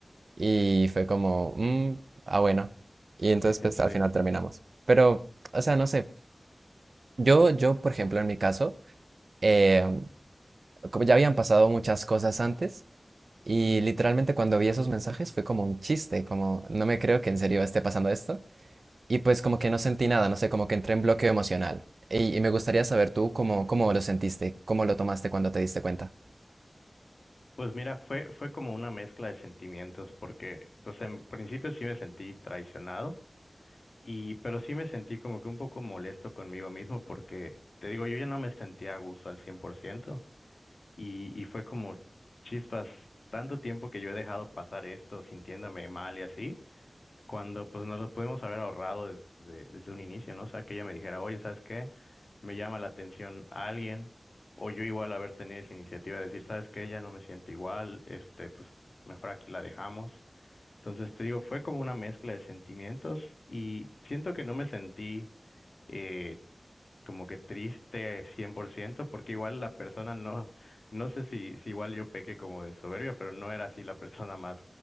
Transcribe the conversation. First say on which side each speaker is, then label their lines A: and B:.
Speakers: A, on the right (about 75°); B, on the left (about 70°).
A: Y fue como, "Mm, ah, bueno. Y entonces,
B: <laughs>
A: pues al
B: Sí.
A: final terminamos. Pero, o sea, no sé. Yo, yo, por ejemplo, en mi caso, eh, como ya habían pasado muchas cosas antes, y literalmente cuando vi esos mensajes fue como un chiste, como, no me creo que en serio esté pasando esto y pues como que no sentí nada, no sé, como que entré en bloqueo emocional. Y, y me gustaría saber tú cómo, cómo lo sentiste, cómo lo tomaste cuando te diste cuenta.
B: Pues mira, fue, fue como una mezcla de sentimientos porque pues en principio sí me sentí traicionado y pero sí me sentí como que un poco molesto conmigo mismo porque te digo, yo ya no me sentía a gusto al cien por ciento Y, y fue como chispas, tanto tiempo que yo he dejado pasar esto sintiéndome mal y así, cuando pues nos lo pudimos haber ahorrado desde, desde un inicio, ¿no? O sea, que ella me dijera, oye, ¿sabes qué? Me llama la atención a alguien, o yo igual haber tenido esa iniciativa de decir, ¿sabes qué? Ya no me siento igual, este, pues mejor aquí la dejamos. Entonces te digo, fue como una mezcla de sentimientos y siento que no me sentí eh, como que triste 100% porque igual la persona no, no sé si, si igual yo pequé como de soberbia, pero no era así la persona más